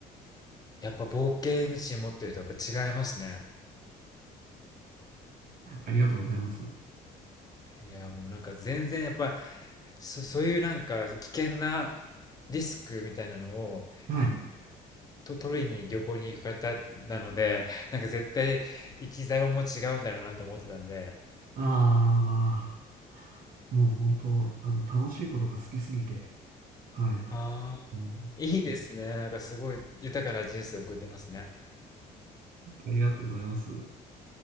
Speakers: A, on the left; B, on the right.
A: やっぱ冒険心持ってるとやっぱ違いますね。
B: ありがとうございます。
A: いや、もうなんか全然やっぱ、そ、そういうなんか危険なリスクみたいなのを
B: はい。
A: と取りに旅行に行く方なので、<laughs> なんか絶対生き様も違うんだろうなと思ってたんで、
B: ああ、もう本当、あの、楽しいことが好きすぎて、はい。
A: ああ、
B: うん、
A: いいですね。なんかすごい豊かな人生を送ってますね。
B: ありがとうございます。